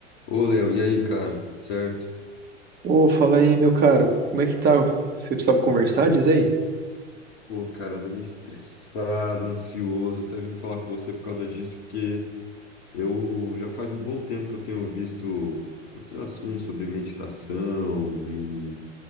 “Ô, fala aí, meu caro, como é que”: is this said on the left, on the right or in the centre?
Right